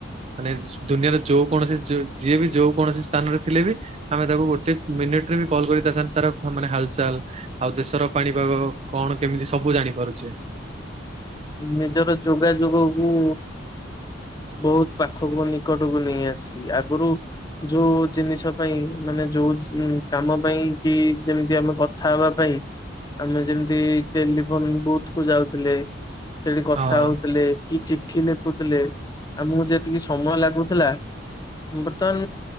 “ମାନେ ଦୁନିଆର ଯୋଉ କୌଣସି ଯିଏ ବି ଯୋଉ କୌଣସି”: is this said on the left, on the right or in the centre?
Right